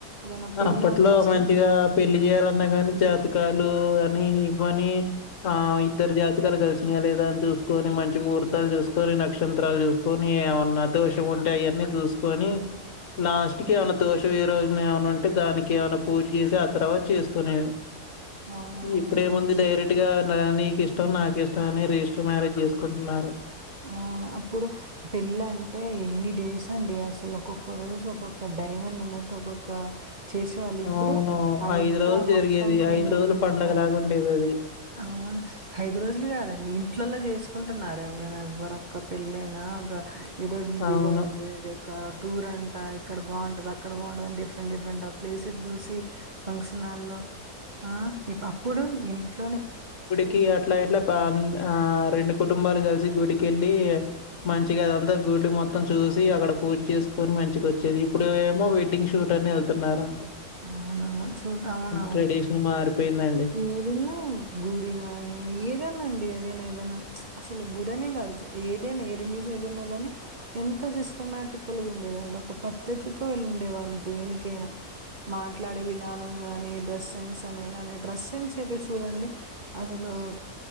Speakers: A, on the right; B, on the left.
A: ఏదైనా పెళ్ళంటే
B: అప్పట్లో
A: అసలు
B: మంచిగా పెళ్లి చేయాలన్నా కాని జాతకాలు నీ ఇవని ఆ ఇద్దరు జాతకాలు కలిసినయా లేదా అని చూసుకొని మంచి ముహూర్తాలు చూసుకొని నక్షంత్రాలు చూసుకొని ఏవన్న దోషం ఉంటే అయన్నీ చూసుకొని లాస్ట్ కి ఎవన్న దోష వీరో నయ ఏమన ఉంటే దానికి ఏమైనా పూజ చేసి ఆ తర్వాత చేసుకునేది
A: అవునవునవును.
B: ఇప్పుడేముంది డైరెక్ ట్టిగా నీకిష్టం నాకిష్టం అని రిజిస్టర్ మ్యారేజ్ చేసుకుంటున్నారు
A: అవును అప్పుడు పెళ్లంటే ఎన్ని డేస్ అండి అసలు ఒక్కొక్క రోజు ఒక్కొక్క డైమండ్ అన్నట్టు ఒక్కొక్క చేసేవాళ్ళు ఇప్పుడు
B: అవును.
A: అంతా
B: రోజులు
A: మొత్తం
B: జరిగేది.
A: చేంజ్
B: రోజులు
A: అయిపోయింది
B: పండగలాగుండేదది.
A: ఒకే అవును ఐదు రోజులు కాదండి ఇంట్లలో చేసుకుంటున్నార ఎవరైనా ఎవ్వరోక్క పెళ్లయిన ఒక ఏదో
B: అవును.
A: డీజే పెట్టి విడియో కా టూర్ అంట, ఇక్కడ బావుంటది, అక్కడ బావుంటదని డిఫరెంట్, డిఫరెంట్ ఆ ప్లేసెస్ చూసి ఫంక్షన్ ఆ ఇప్ అప్పుడు ఇంట్లోనే,
B: కి అట్లా, ఇట్లా పా ఆ రెండు కుటుంబాలు గలిసి గుడికెళ్ళి, మంచిగా అదంతా గు గుడులు మొత్తం చూసి, అక్కడ పూర్తి చేసుకొని మంచిగోచ్చేది. ఇప్పుడు ఏమో వెడ్డింగ్ షూట్ అని ఎళ్తున్నారు అంతే.
A: అవును, చూట్ అవునవును
B: ట్రెడిషన్ మారిపోయిందండి.
A: ఏదున్నా గుడిగాని, ఏదన్నాండి అదే నేన్ ఏదైనా, అసలు గుడనే కాదు, ఏదైనా ఏ రిలీజ్ ఏదైనా గానీ ఎంత సిస్టమటికల్ గా ఉండేదండి. ఒక పద్ధతితో వాళ్ళు ఉండే వాళ్ళు దేనికైనా. మాట్లాడే విధానం గాని, డ్రెస్ సెన్స్ అనే గాని, డ్రెస్ సెన్స్ అయితే చూడండి అసలు ఉమ్